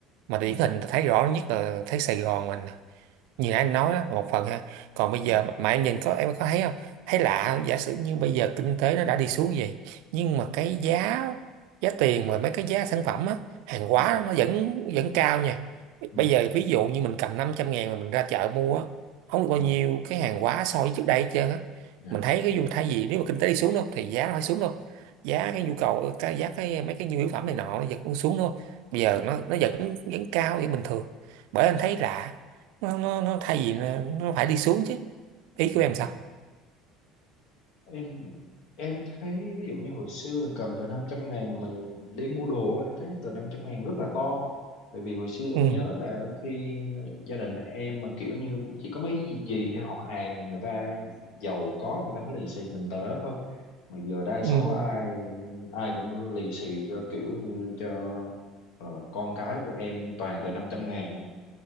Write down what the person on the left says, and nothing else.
ừ
ừ
ừ
ừ
ừ
dạ,
ừ,
ừ.
em em thấy ví dụ như hồi xưa mình cầm tờ năm trăm ngàn mình đi mua đồ á, em thấy tờ năm trăm ngàn rất là to bởi vì hồi xưa em
nhớ là khi gia đình em mà kiểu như chỉ có mấy gì, gì họ hàng người ta giàu có người ta mới lì xì mình tờ đó thôi mà giờ đa số
ai ai cũng lì xì cho kiểu như cho ờ, con cái của em toàn tờ năm trăm ngàn